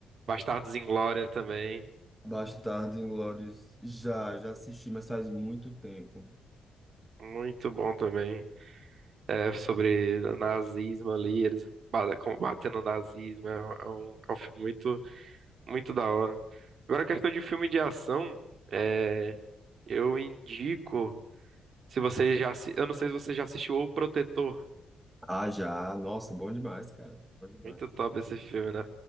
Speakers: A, on the right; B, in the centre.
A: Bastardos Inglórios também.
B: Bastardo Inglórios, já, já assisti, mas faz muito tempo.
A: Muito bom também. É sobre nazismo ali, eles ba- combatendo o nazismo. É, um, é um é um filme muito, muito da hora. Agora, a questão de filme de ação, é, eu indico. Se você já, assi- eu não sei se você já assistiu O Protetor.
B: Ah, já. Nossa, bom demais, cara. Bom demais.
A: Muito top esse filme, né?